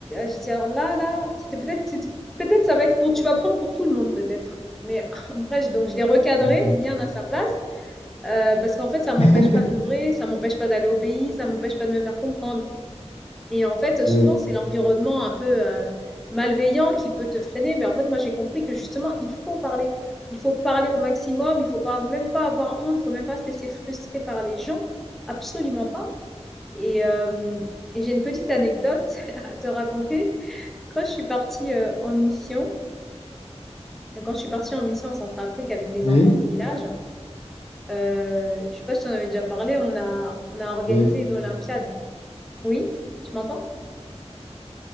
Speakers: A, in the centre; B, on the left.
A: j'ai dit, alors là, là, c'était peut-être, c'était- peut-être ça va être pour, tu vas prendre pour tout le monde, peut-être. Mais <laughs> après, j'ai- donc je l'ai recadré
B: Mhm.
A: bien à sa place, euh, parce qu'en fait, ça m'empêche
B: <laughs>
A: pas d'œuvrer, ça m'empêche pas d'aller au pays, ça m'empêche pas de me faire comprendre. Et en fait, souvent,
B: Oui,
A: c'est l'environnement un peu euh, malveillant qui peut te freiner, mais en fait, moi, j'ai compris que justement, il faut parler. Il faut parler au maximum, il faut pas, même pas avoir honte, il faut même pas se laisser frustrer par les gens. Absolument pas. Et, euh, et j'ai une petite anecdote <laughs> à te raconter. Quand je suis partie euh, en mission, quand je suis partie en mission en Centrafrique avec les
B: oui,
A: enfants du village, euh, je sais pas si tu en avais déjà parlé, on a, on a organisé
B: oui.
A: une Olympiade. Oui, tu m'entends?